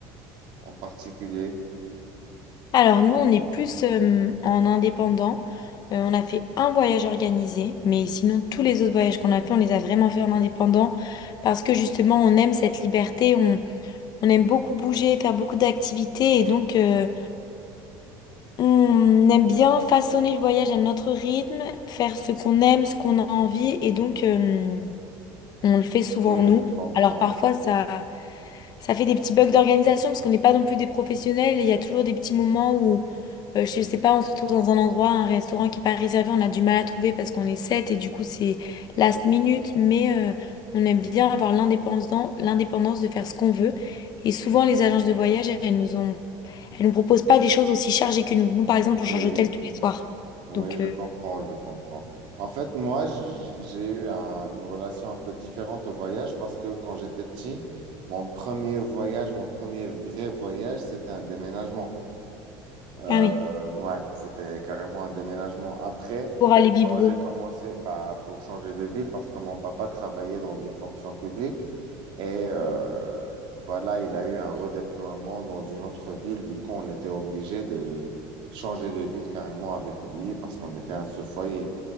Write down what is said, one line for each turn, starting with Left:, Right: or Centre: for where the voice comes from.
Right: en en particulier.
Left: Alors nous, on est plus euh, en indépendant. Euh, on a fait un voyage organisé, mais sinon tous les autres voyages qu'on a fait, on les a vraiment fait en indépendant parce que justement, on aime cette liberté, on, on aime beaucoup bouger, faire beaucoup d'activités et donc euh, on aime bien façonner le voyage à notre rythme, faire ce qu'on aime, ce qu'on a envie et donc euh, on le fait souvent
Right: Oui,
Left: nous.
Right: je comprends.
Left: Alors parfois ça ça fait des petits bugs d'organisation parce qu'on n'est pas non plus des professionnels et il y a toujours des petits moments où, euh, je sais pas, on se retrouve dans un endroit, un restaurant qui n'est pas réservé, on a du mal à trouver parce qu'on est sept et du coup c'est last minute, mais euh, on aime bien avoir l'indépendance, l'indépendance de faire ce qu'on veut. Et souvent les agences de voyage, elles nous ont, elles nous proposent pas des choses aussi chargées que nous. Nous par exemple, on
Right: Oui,
Left: change d'hôtel tous les soirs.
Right: oui,
Left: Donc,
Right: je
Left: euh,
Right: comprends, je comprends. En fait, moi, j- j'ai eu un- une relation un peu différente au voyage parce que quand j'étais petit, mon premier voyage, mon premier vrai voyage, c'était un déménagement. Euh,
Left: ah oui,
Right: ouais, c'était carrément un déménagement. Après,
Left: pour aller vivre
Right: quand j'ai
Left: où?
Right: commencé pas pour changer de ville, parce que mon papa travaillait dans une fonction publique, et euh, voilà, il a eu un redéploiement dans une autre ville. Du coup, on était obligé de changer de ville carrément avec lui parce qu'on était un seul foyer.